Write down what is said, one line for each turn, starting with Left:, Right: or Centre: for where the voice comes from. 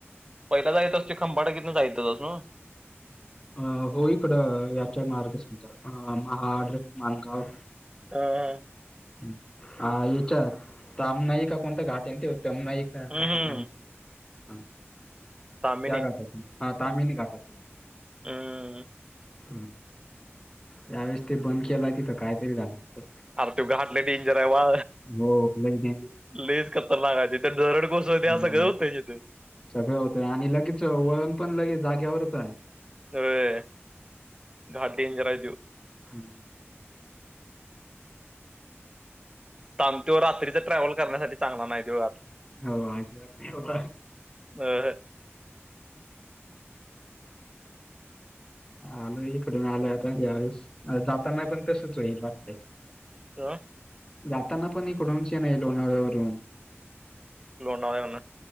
Right: पहिला जायचचास तो खंबाटकितनं जायत हुतास नव्ह.
Left: अ हो इकडं, याच्या मार्गसन महाड माणगाव.
Right: आ हा!
Left: हम्म, हा इचार तमनाई का कोणत घाट हाय ना तो तमनाई? काय
Right: हम्म
Left: नाही आ
Right: तामिनी
Left: त्या घाटातून तामिनि घाटातून.
Right: हम!
Left: हम्म त्यावेेळेस ते बंद केलाय तिथं कायतरी झालं
Right: अर त्यो घाट लय डेंजर हाय वा
Left: हो लय डेंजर
Right: लयच खतरनाक हाय तिथ दरड कोसळत्या
Left: हम्म.
Right: सगळ हुतय तिथ जिथ.
Left: सगळं होतय आणि लगेच, वळण पण लगेच जाग्यावरच हाय.
Right: अय घाट डेंजर हाय त्यो.
Left: हम्म!
Right: <unintelligible> रात्रीच ट्रॅव्हल करण्यासाठी चांगला नाय त्यो आत.
Left: हो आजिबात नाय बाबा.
Right: ह ह!
Left: आलोय इकडून आलोय पण यावेळेस जाताना पण तसच हो हुईल वाटतय.
Right: अ!
Left: जाताना पण इकडून <unintelligible> लोणावळ्यावरुन.
Right: लोणावळ्याला.